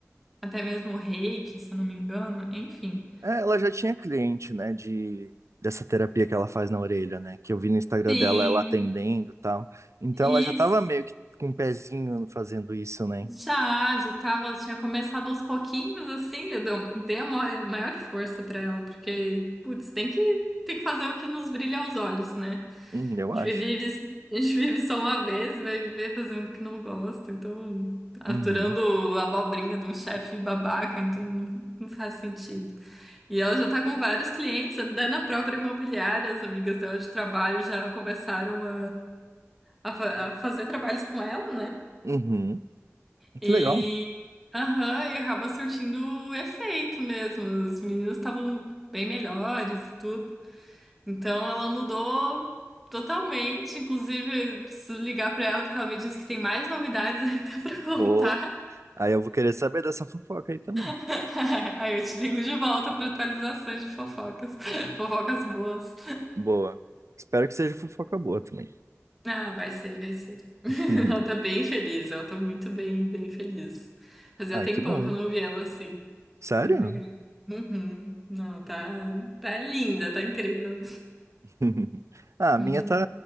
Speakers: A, in the centre; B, on the right (about 70°).
A: até mesmo reiki, se eu não me engano, enfim.
B: É, ela já tinha cliente, né, de dessa terapia que ela faz na orelha, né, que eu vi no Instagram
A: Sim.
B: dela ela atendendo e tal. Então
A: E,
B: ela já tava meio que com um pezinho fazendo isso, né?
A: Já, já tava, tinha começado aos pouquinhos, assim, eu dei, uma- dei a maior, maior força pra ela, porque, putz, tem que, tem que fazer o que nos brilha aos olhos, né?
B: Hum, eu acho.
A: A gente vive, a gente vive só uma vez, e vai viver fazendo o que não gosta, então, aturando
B: Uhum.
A: a abobrinha de um chefe babaca, então não, não faz sentido. E ela já tá com vários clientes, até na própria imobiliária, as amigas dela de trabalho já começaram a, a, fa- a fazer trabalhos com ela, né?
B: Uhum.
A: E,
B: Que legal.
A: aham, e acaba surtindo efeito mesmo. Os meninos estavam bem melhores e tudo. Então ela mudou totalmente. Inclusive, preciso ligar pra ela porque ela me disse que tem mais novidades <laughs> ainda pra contar.
B: Vou. Aí eu vou querer saber dessa fofoca aí também.
A: <laughs> Aí eu te ligo de volta pra atualizações de fofocas. <laughs> Fofocas boas.
B: Boa. Espero que seja fofoca boa também.
A: Ah, vai ser, vai ser. <laughs> Ela
B: <laughs>
A: tá bem feliz, ela tá muito bem, bem feliz. Fazia
B: Ai,
A: tempão
B: que bom.
A: que eu não vi ela assim.
B: Sério?
A: Tá bem legal. Uhum. Não, tá, tá linda, tá incrível.
B: <laughs> Ah,
A: Muito
B: a minha tá.
A: linda.